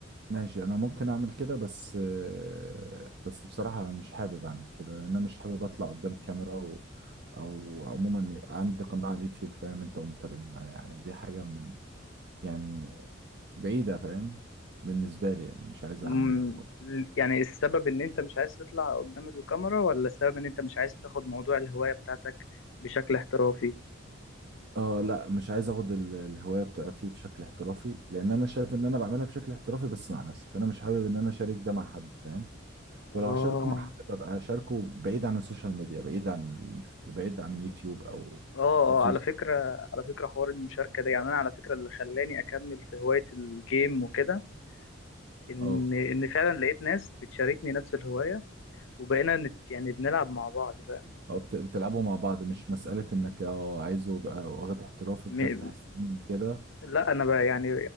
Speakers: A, on the right; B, on the left.
A: ماشي انا ممكن اعمل كده بس آه، بس بصراحة أنا مش حابب اعمل كده لان انا مش حابب اطلع قدام كاميرا او او عموما يبقى عندي قناة على اليوتيوب فاهم انت ومتابعين يعني دي حاجة من يعني بعيدة فاهم بالنسبة لي يعني مش عايز
B: مم،
A: اعملها خالص
B: يعني السبب ان انت مش عايز تطلع قدام الكاميرا ولا السبب ان انت مش عايز تاخد موضوع الهواية بتاعتك بشكل احترافي
A: اه لا مش عايز اخد ال- الهوايه بتاعتي بشكل احترافي لان انا شايف ان انا بعملها بشكل احترافي بس مع نفسي فانا مش حابب ان انا اشارك ده مع حد فاهم
B: اه
A: ولو هشاركه مع حد ببقى اشاركه بعيد عن السوشيال ميديا بعيد عن ال- بعيد عن يوتيوب او
B: اه آه،
A: او فيسبوك
B: على فكرة على فكرة حوار المشاركة ده يعني انا على فكرة اللي خلاني اكمل في هواية الجيم وكده ان
A: اه
B: ان فعلا لقيت ناس بتشاركني نفس الهواية وبقينا نت يعني بنلعب مع بعض فاهم
A: اه بت- بتلعبوا مع بعض مش مساله انك اه عايزه يبقى واخد احترافي
B: م-
A: بتفتح السينما وكده
B: لا انا بقى يعني